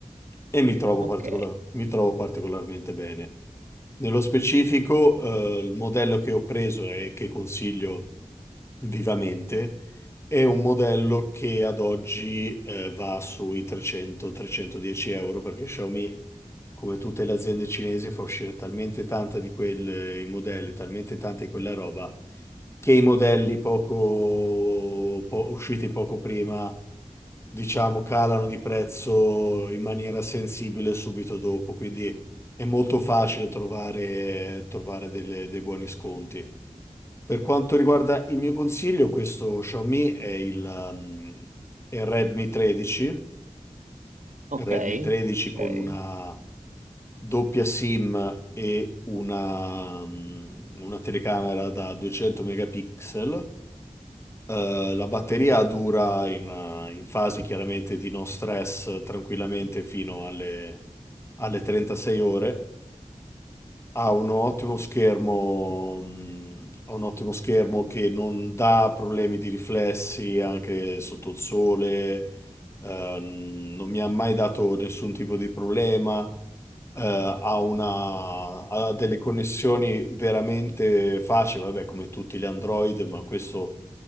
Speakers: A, on the left; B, on the right.
A: e mi trovo,
B: Ok,
A: particola- mi trovo particolarmente bene. Nello specifico, eh, il modello che ho preso e che consiglio vivamente è un modello che ad oggi, eh, va sui 300-310 euro perché Xiaomi come tutte le aziende cinesi, fa uscire talmente tanta di quei modelli, talmente tanta di quella roba, che i modelli poco, po- usciti poco prima, diciamo, calano di prezzo in maniera sensibile subito dopo. Quindi è molto facile trovare, trovare delle- dei buoni sconti. Per quanto riguarda il mio consiglio, questo Xiaomi è il, um, è il Redmi 13,
B: ok,
A: Redmi 13 con
B: ok,
A: una doppia SIM e una, mm, una telecamera da 200 megapixel. Eh, la batteria dura in, eh, in fasi chiaramente di no stress tranquillamente fino alle, alle 36 ore. Ha un ottimo schermo, mm, ha un ottimo schermo che non dà problemi di riflessi anche sotto il sole, eh, non mi ha mai dato nessun tipo di problema eh, ha, una, ha delle connessioni veramente facili, vabbè, come tutti gli Android, ma questo